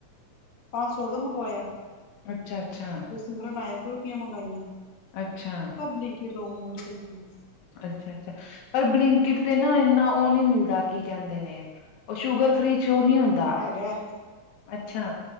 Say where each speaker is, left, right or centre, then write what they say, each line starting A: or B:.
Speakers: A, on the left; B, on the left.
A: ਪੰਜ-ਸੌ ਉਦੋ ਮੰਗਵਾਇਆ।
B: ਅੱਛਾ-ਅੱਛਾ,
A: ਜਦੋਂ ਸਿਮਰਨ ਆਇਆ, ਕੁੁਲਫੀਆਂ ਮੰਗਾਈਆਂ।
B: ਅੱਛਾ।
A: ਬਲਿੰਕਿਟ ਤਾਂ ਓ ਮੋੜ ਤੇ ਸੀ।
B: ਅੱਛਾ-ਅੱਛਾ। ਪਰ ਬਲਿੰਕਿਟ ਤੇ ਨਾ ਇੰਨਾ ਉਹ ਨੀ ਮਿਲਦਾ, ਕੀ ਕਹਿੰਦੇ ਨੇ ਉਹ ਸ਼ੂਗਰ ਫ੍ਰੀ 'ਚ ਉਹ ਨਹੀਂ ਹੁੰਦਾ।
A: ਹੈਗਾ
B: ਅੱਛਾ